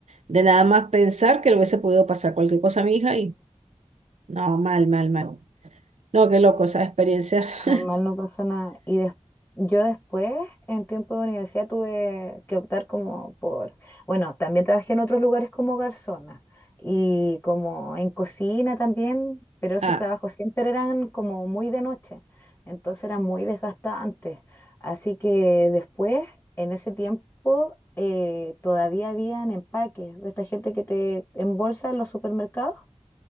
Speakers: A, on the right; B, on the left.
A: de nada más pensar que le hubiese podido pasar cualquier cosa a mi hija y no, mal, mal, mal. No, qué loco esa experiencia. <laughs>
B: Normal, no pasa nada. Y des- yo después, en tiempo de universidad, tuve que optar como por, bueno, también trabajé en otros lugares como garzona y como en cocina también, pero esos
A: Ah,
B: trabajos siempre eran como muy de noche, entonces era muy desgastante. Así que después, en ese tiempo, eh, todavía habían empaques de esta gente que te embolsa en los supermercados